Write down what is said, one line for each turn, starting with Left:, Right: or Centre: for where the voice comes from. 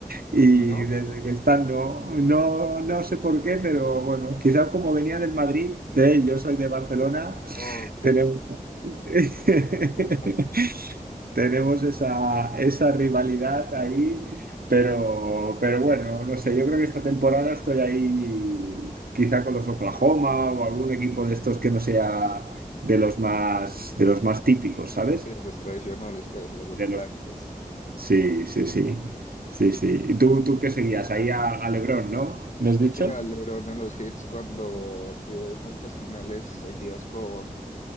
Right: y
Left: ¿No?
Right: desde que están, no, no, no sé por qué, pero bueno, quizás como venía del Madrid, eh, yo soy de Barcelona,
Left: Ok.
Right: tenemos... <laughs>
Left: <laughs>
Right: tenemos esa, esa rivalidad ahí, pero, pero bueno, no sé, yo creo que esta temporada
Left: Sí,
Right: estoy ahí quizá con los Oklahoma o algún equipo de estos que no sea de los más, de los más típicos, ¿sabes?
Left: de los tradicionales, pues, de los
Right: De
Left: grandes.
Right: los... Sí, sí, sí, sí, sí. ¿Y tú, tú qué seguías? Ahí a, a LeBron, ¿no? ¿Lo has dicho?
Left: Sí, a LeBron en los hits cuando tuvo muchas finales seguidas con,